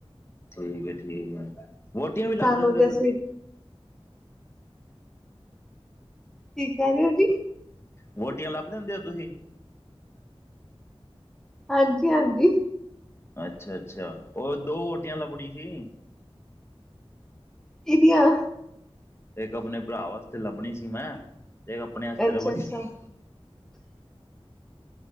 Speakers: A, on the left; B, in the centre.
A: ਠੀਕ ਏ- ਠੀਕ ਏ, ਵੋਟੀਆਂ
B: ਤੁਹਾਨੂੰ
A: ਵੀ ਲੱਭ ਦਿੰਦੇ।
B: ਤੇ
A: ਤੁਸੀਂ
B: ਅਸੀਂ ਕੀ ਕਹਿ ਰਹੇ ਹੋ ਜੀ?
A: ਵੋਟੀਆਂ ਲੱਭ ਦਿੰਦੇ ਹੋ ਤੁਸੀਂ?
B: ਹਾਂਜੀ- ਹਾਂਜੀ।
A: ਅੱਛਾ- ਅੱਛਾ। ਹੋਰ ਦੋ ਵੋਟੀਆਂ ਲੱਭਣੀ ਸੀ।
B: ਕਿਦੀਆਂ?
A: ਇੱਕ ਆਪਣੇ ਭਰਾ ਵਾਸਤੇ, ਲੱਭਣੀ ਸੀ ਮੈਂ। ਤੇ ਆਪਣੇ ਵਾਸਤੇ
B: ਅੱਛਾ-
A: ਲੱਭਣੀ
B: ਅੱਛਾ।
A: ਸੀ